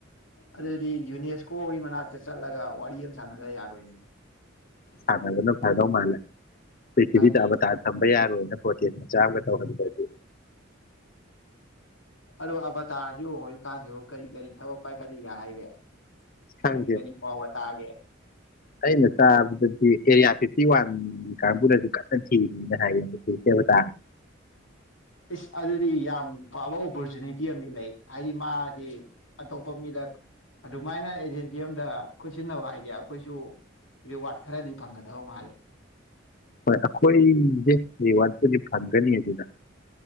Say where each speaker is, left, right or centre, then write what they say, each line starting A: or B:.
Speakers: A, on the left; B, on the left.
A: ꯑꯗꯨꯗꯤ ꯌꯨꯅꯤꯐ ꯀꯣꯒꯤ ꯃꯅꯥꯛꯇ ꯆꯠꯂꯒ ꯋꯥꯔꯤ ꯑꯃ ꯁꯥꯟꯅꯗ ꯌꯥꯔꯣꯏꯅꯦ
B: ꯊꯥꯗꯕꯅ ꯐꯗꯧ ꯃꯥꯂꯦ ꯄ꯭ꯔꯤꯊꯤꯕꯤꯗꯥ
A: ꯍꯥꯏꯗꯤ
B: ꯑꯕꯇꯥꯥꯔ ꯊꯝꯕ ꯌꯥꯔꯣꯏ ꯂꯐꯣꯏ ꯀꯦꯟ ꯃꯆꯥ ꯑꯝꯒ ꯇꯧꯔꯝꯗ꯭ꯔꯗꯤ
A: ꯑꯗꯣ ꯑꯕꯇꯥꯔꯁꯤꯕꯨ ꯑꯣꯏꯀꯥꯟꯖꯤꯕꯨ ꯀꯔꯤ ꯀꯔꯤ ꯊꯕꯛ ꯄꯥꯏꯈꯜꯂꯤꯒꯦ ꯍꯥꯏꯒꯦ
B: ꯈꯪꯗꯦ
A: ꯀꯔꯤ ꯀꯔꯤ ꯄꯥꯎꯒ ꯇꯥꯒꯦ
B: ꯑꯩꯅ ꯇꯥꯕꯗꯗꯤ ꯑꯦꯔꯤꯌꯥ ꯐꯤꯞꯇꯤ ꯋꯥꯟꯒꯤ ꯀꯥꯡꯕꯨꯅꯗꯤ ꯀꯟꯅ ꯆꯦꯜꯂꯤꯅ ꯍꯥꯏꯌꯦ ꯑꯕꯇꯥꯔ
A: ꯏꯁ ꯑꯗꯨꯗꯤ ꯌꯥꯝ ꯐꯥꯕ ꯑꯣꯄꯣꯔꯆꯨꯅꯤꯇꯤ ꯑꯃꯗꯤ ꯂꯩ ꯍꯥꯏꯗꯤ ꯃꯥꯗꯤ ꯑꯇꯣꯞꯄ ꯃꯤꯗ ꯑꯗꯨꯃꯥꯏꯅ ꯑꯦꯖꯦꯟꯁꯤ ꯑꯝꯗ ꯈꯨꯠꯁꯤꯟꯅꯧ ꯍꯥꯏꯖꯦ ꯑꯩꯈꯣꯏꯁꯨ ꯔꯤꯋꯥꯔꯗ ꯈꯔꯗꯤ ꯐꯪꯒꯗꯕ ꯃꯥꯜꯂꯤ
B: ꯍꯣꯏ ꯑꯈꯣꯏ ꯍ ꯋꯥꯠ ꯇꯗꯤ ꯐꯪꯒꯅꯤ ꯗꯨꯗ